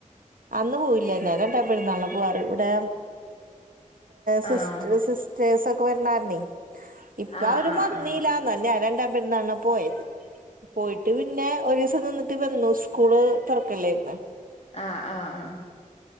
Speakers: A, on the right; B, on the left.
A: അന്ന് പോയില്ലന്നാല രണ്ടാ പെരുന്നാള പോവാറ് ഇവിടെ സിസ്റ്റിസ്
B: ആണോ
A: സിസ്റ്റ് ചേസ ഒക്കെ വരണാര ഇപ്പ
B: ആ
A: ആരും
B: ആ
A: വന്നീലന്നല്ല
B: ആ
A: രണ്ട പെരുന്നാളിന പോയത് പോയിട്ട് പിന്നെ ഒരു ദിസം നിന്നിട്ടു വന്നു സ്കൂൾ തുറ <unintelligible> ല്ലായിരുന്ന്
B: ആഹ് ആഹ ആഹ്